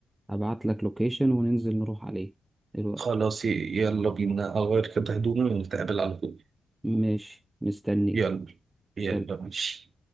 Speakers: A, on the right; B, on the right.
A: ابعت لك لوكيشن وننزل نروح عليه دلوقتي
B: خلاص ي- يلا بينا أغير كده هدومي ونتقابل على طول،
A: ماشي مستنيك
B: يلا يلا
A: سلام
B: ماشي.